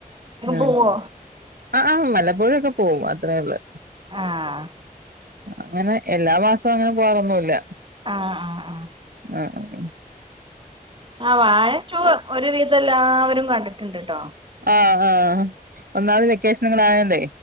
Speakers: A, on the right (about 80°); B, on the right (about 35°).
A: ആഹ്
B: പോവോ
A: അ ആ വല്ലപ്പോഴൊക്കെ പോവും അത്രേള്ളൂ.
B: ആഹ്
A: അങ്ങനെ എല്ലാ മാസോം അങ്ങനെ പോവാറൊന്നുല്ല
B: ആഹ് ആഹ് ആഹ് ആഹ്
A: അ അ ഉ
B: ആ വാഴ റ്റൂ ഒരു വിധല്ലാവരും കണ്ടിട്ട്ണ്ട്ട്ടോ
A: ആഹ് ആഹ് ആഹ് ഒന്നാത് വെക്കേഷനൊ ങ്ങായന്നേ